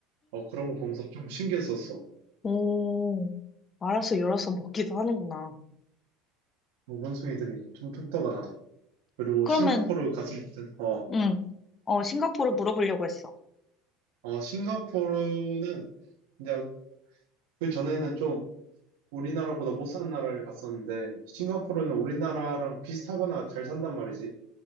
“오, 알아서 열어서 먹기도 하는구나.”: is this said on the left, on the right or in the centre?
Left